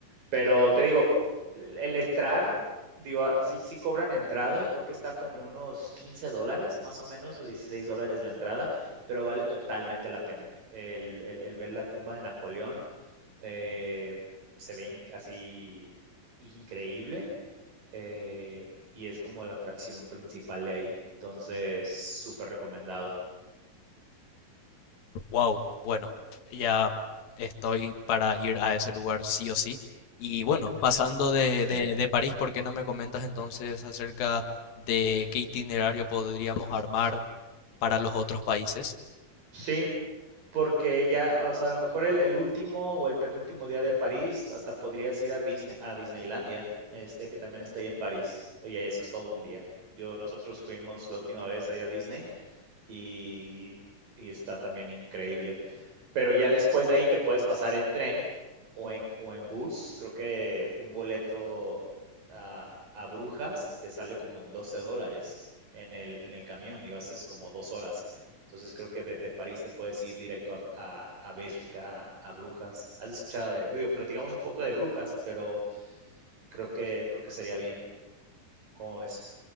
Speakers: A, on the right (about 70°); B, on the left (about 85°).
A: Pero te digo, el el entrar, digo, ah, sí sí cobran entrada, creo que está como en unos quince dólares, más o menos, o dieciséis dólares la entrada, pero vale totalmente la pena. El el el ver la tumba de Napoleón, eh, se ve in- así increíble eh, y es como la atracción principal de ahí. Entonces, súper recomendado.
B: Wow, bueno, ya estoy para ir a ese lugar sí o sí. Y bueno, pasando de,
A: Sí.
B: de, de París, ¿por qué no me comentas entonces acerca de qué itinerario podríamos armar para los otros países?
A: Sí, porque ya, o sea, a lo mejor el, el último o el penúltimo día de París, hasta podrías ir a Disney, a Disneylandia, este que también está ahí en París. Oye, eso es todo un día. Yo, nosotros fuimos la última vez allá a Disney y, y está también increíble. pero ya después de ahí te puedes pasar en tren o en, o en bus. Creo que un boleto a, a Brujas te sale como en 12 dólares en el, en el camión y haces como dos horas. Entonces creo que de, de París te puedes ir directo a, a, a Bélgica, a, a, Brujas. Has escuchado, eh, digo, platicamos un poco de Brujas, pero creo que, creo que sería bien. ¿Cómo ves?